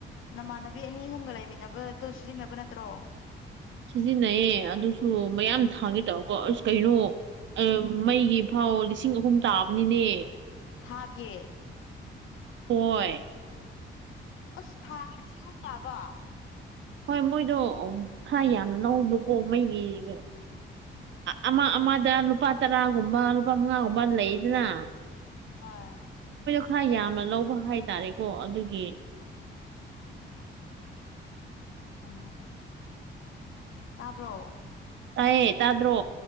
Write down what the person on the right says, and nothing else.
ꯁꯤꯖꯤꯟꯅꯩꯌꯦ ꯑꯗꯨꯁꯨ ꯃꯌꯥꯝ ꯊꯥꯡꯒꯦ
ꯇꯧꯔꯀꯣ ꯑꯁ ꯀꯩꯅꯣ ꯃꯩꯒꯤ ꯐꯥꯎ ꯂꯤꯁꯤꯡ ꯑꯍꯨꯝ ꯇꯥꯕꯅꯤꯅꯦ
ꯍꯣꯏ
ꯍꯣꯏ ꯃꯣꯏꯗꯣ ꯈꯔ ꯌꯥꯝ ꯂꯧꯕꯀꯣ ꯃꯩꯒꯤꯗ ꯑꯃ ꯑꯃꯗ ꯂꯨꯄꯥ ꯇꯔꯥꯒꯨꯝꯕ ꯂꯨꯄꯥ ꯃꯉꯥꯒꯨꯝꯕ ꯂꯩꯗꯅ
ꯍꯥꯏ ꯌꯥꯝꯅ ꯂꯧꯕ ꯍꯥꯏꯇꯥꯔꯦꯀꯣ ꯑꯗꯨꯒꯤ ꯑ
ꯇꯥꯏꯌꯦ ꯇꯥꯗ꯭ꯔꯣ